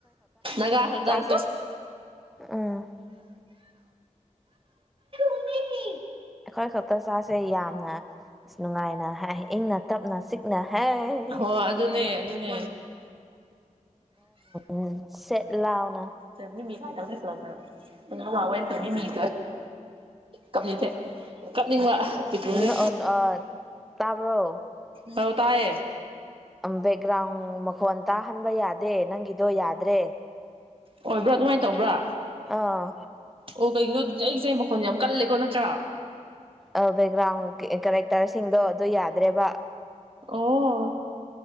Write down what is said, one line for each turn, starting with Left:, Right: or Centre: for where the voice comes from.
Right: ꯅꯒꯥ ꯈꯛꯇꯥꯡ
Centre: ꯦ ꯎꯝ
Right: ꯑꯗꯨꯅꯦ
Centre: ꯑꯦꯈꯣꯏ ꯈꯛꯇ ꯇ ꯆꯥꯁꯦ ꯌꯥꯝꯅ ꯑ ꯅꯨꯡꯉꯥꯏꯅ ꯍꯥꯏ ꯏꯪꯅ ꯇꯞꯅ ꯁꯤꯛꯅ ꯍꯥꯏ
Right: ꯍꯣꯏ ꯑꯗꯨꯅꯦ ꯑꯗꯨꯅꯦ
Centre: ꯎ ꯁꯦꯠ ꯂꯥꯎꯅ
Right: ꯃꯤ ꯀꯁꯤ ꯂꯥꯛꯅ ꯍꯑꯣꯦꯟ ꯇꯅꯤ ꯃꯤ ꯀꯞꯅꯤꯡ ꯊꯦ ꯀꯞꯅꯤꯡꯕ ꯄꯤꯇ꯭ꯔꯨꯁꯦ
Centre: ꯑꯣ ꯑ ꯇꯥꯕ꯭ꯔꯣ
Right: ꯍ ꯇꯑ
Centre: ꯕꯦꯛꯒ꯭ꯔꯥꯎꯟ ꯃꯈꯣꯟ ꯇꯥꯍꯟꯕ ꯌꯥꯗꯦ ꯅꯪꯒꯤꯗꯣ ꯌꯥꯗ꯭ꯔꯦ
Right: ꯑꯣꯏꯕ꯭ꯔꯥ ꯑꯗꯨꯃꯥꯏꯅ ꯇꯧꯕ꯭ꯔꯥ
Centre: ꯑꯥ
Right: ꯑꯣ ꯀꯩꯒꯤꯅꯣ ꯍꯧꯖꯤꯛ ꯑꯩꯁꯦ ꯃꯈꯣꯟ ꯌꯥꯝ ꯀꯜꯂꯦꯀꯣ ꯅꯠꯇ꯭ꯔꯥ
Centre: ꯑ ꯕꯒ꯭ꯔ ꯀꯔ ꯇꯔꯁꯤꯡꯗꯣ ꯑꯗꯨ ꯌꯥꯗ꯭ꯔꯦꯕ
Right: ꯑꯣ